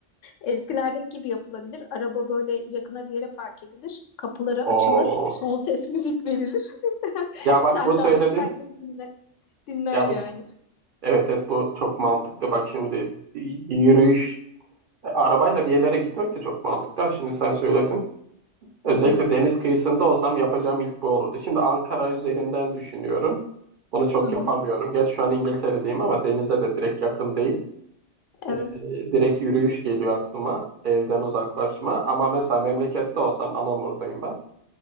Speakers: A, on the left; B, on the right.
A: eskilerdeki gibi yapılabilir. Araba böyle yakına bir yere park edilir. Kapıları açılır.
B: Oo.
A: Son ses müzik verilir. <laughs>
B: Ya
A: Sen
B: bak bu söyledin.
A: dahil herkes dinler, dinler
B: Ya
A: yani.
B: bu sö- evet evet bu çok mantıklı. Bak şimdi y- yürüyüş arabayla bir yerlere gitmek de çok mantıklı. Ha, Şimdi sen söyledin. Özellikle
A: Hı hı,
B: deniz kıyısında olsam yapacağım ilk bu olurdu. Şimdi Ankara üzerinden düşünüyorum. Bunu çok
A: hı hı.
B: yapamıyorum. Gerçi şu an İngiltere'deyim ama denize de direkt yakın değil.
A: Evet.
B: Ee, direkt yürüyüş geliyor aklıma. Evden uzaklaşma. Ama mesela memlekette olsam Anamur'dayım ben.